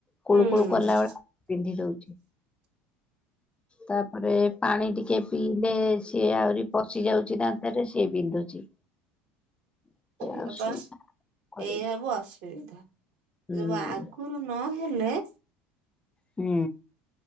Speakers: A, on the left; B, on the right.
A: କୁଳୁ
B: ହୁଁ
A: କୁଳୁ କଲା ବେଳେ ବିନ୍ଧି ଦଉଛି ତାପରେ ପାଣି ଟିକେ ପିଇଲେ ସିଏ ଆହୁରି ପଶି ଯାଉଛି ଦାନ୍ତ ରେ ସିଏ ବିନ୍ଧୁଛି। ଏମିତି
B: ଏଇଆ
A: ଅସୁବିଧା
B: ପା
A: କରିବି।
B: ଏଇ ସବୁ ଅସୁବିଧା
A: ହୁଁ।
B: ଯବୁ ଆଗ ଗୁରୁ ନ ହେଲେ
A: ହୁଁ।